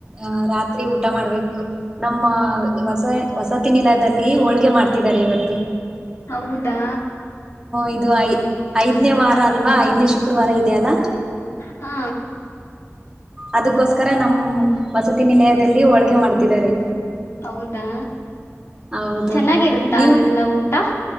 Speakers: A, on the right; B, on the left.
A: ಅ ರಾತ್ರಿ ಊಟ ಮಾಡ್ಬೇಕು ನಮ್ಮ ಹೊಸ ವಸತಿ ನಿಲದಲ್ಲಿ ಹೋಳ್ಗೆ ಮಾಡ್ತಿದಿದ್ದಾರೆ ಇವತ್ತು
B: ಹೌದಾ
A: ಇದು ಐ ಐದ್ನೇ ವಾರ ಅಲ್ವಾ ಐದ್ನೇ ಶುಕ್ರವಾರ ಇದೆ ಅಲ್ಲಾ
B: ಹಾ
A: ಅದಕ್ಕೋಸ್ಕರ ನಮ್ ವಸತಿ ನಿಲಯದಲ್ಲಿ ಹೋಳ್ಗೆ ಮಾಡ್ತಿದ್ದಾರೆ
B: ಹೌದಾ
A: ಹೌದು
B: ಚೆನ್ನಾಗಿರುತ್ತಾ
A: ನೀವು
B: ಅಲ್ಲೆಲ್ಲಾ ಊಟ